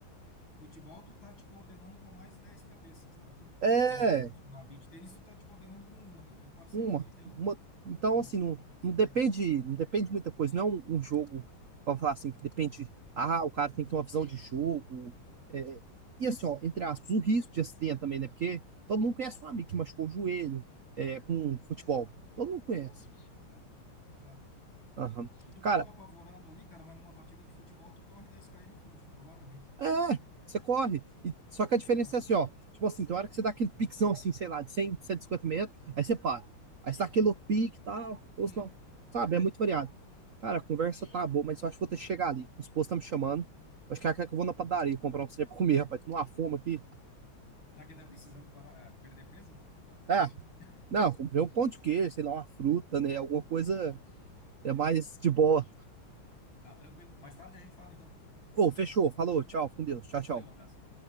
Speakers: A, on the left; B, on the right.
A: Futebol, tu tá te coordenando com mais 10 cabeças, né? Que
B: É,
A: tem que funcionar. Beach tênis, tu tá te coordenando com uma, que é o teu parceiro
B: Uma,
A: ali, e deu, né?
B: uma.
A: Então,
B: Então,
A: então,
B: assim, não,
A: complexidade
B: não depende,
A: menor.
B: não depende de muita coisa. Não é um, um jogo, vamos falar assim, que depende. Ah, o cara tem que ter uma visão de jogo. é. E assim, ó, entre aspas, o risco de acidente também, né? Porque todo mundo conhece um amigo que machucou o joelho é, com futebol. Todo mundo conhece.
A: Putz. Exato, exato.
B: Aham.
A: E tu
B: Cara,
A: ficou apavorado ali, cara, mas numa partida de futebol tu corre 10 km frouxo, provavelmente.
B: É, você corre. E, só que a diferença
A: Provável.
B: é assim, ó. Tipo assim, tem hora que você dá aquele piquezão assim, sei lá, de cem, cento e cinquenta metros, aí você para. Aí você dá aquele outro pique e tal, ou
A: Uhum.
B: se não, sabe, é muito variado. Cara, a conversa tá boa, mas eu acho que vou ter que chegar ali. O esposo tá me chamando. Acho que ela quer que eu vou na padaria comprar um trem pra comer, rapaz. Tô numa fome aqui.
A: Pra quem tá precisando parar, é, perder peso, né? Tá, tá
B: É,
A: ruim. <laughs>
B: não, eu comprei um pão de queijo, sei lá, uma fruta, né? Alguma coisa é mais de boa.
A: Tá tranquilo. Mais tarde a gente fala, então.
B: Ô, fechou, falou, tchau, fica com Deus, tchau, tchau.
A: Valeu, abraço.